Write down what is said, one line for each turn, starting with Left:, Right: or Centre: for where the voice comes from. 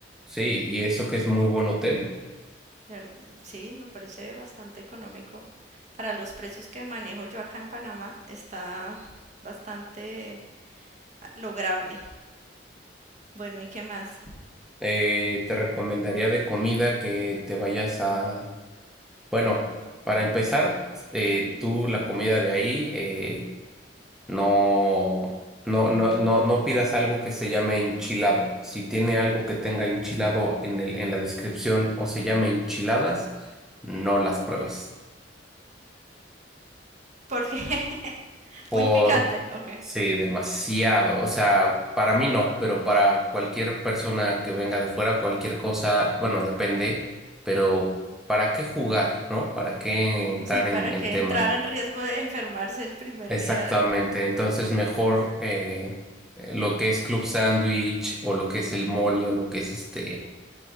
Centre: Sí, y eso que es muy buen hotel.
Right: Ver- Sí, me parece bastante económico. Para los precios que manejo yo acá en Panamá, está bastante ah, lograble. Bueno, ¿y qué más?
Centre: Eh, te recomendaría de comida que te vayas a Bueno, para empezar, eh, tú la comida de ahí, eh, no, no, no, no, no pidas algo que se llame enchilado. Si tiene algo que tenga enchilado en el, en la descripción o se llame enchiladas, no las pruebes.
Right: Porque <laughs>
Centre: Por,
Right: muy picante, ok.
Centre: sí, demasiado. O sea, para mí no, pero para cualquier persona que venga de fuera, cualquier cosa, bueno, depende, pero ¿para qué jugar, no? ¿Para qué entrar
Right: Sí, para
Centre: en,
Right: que
Centre: en tema?
Right: entrar en riesgo de enfermarse el primer
Centre: Exactamente,
Right: día. de-
Centre: entonces mejor eh, eh, lo que es club sándwich o lo que es el mole o lo que es este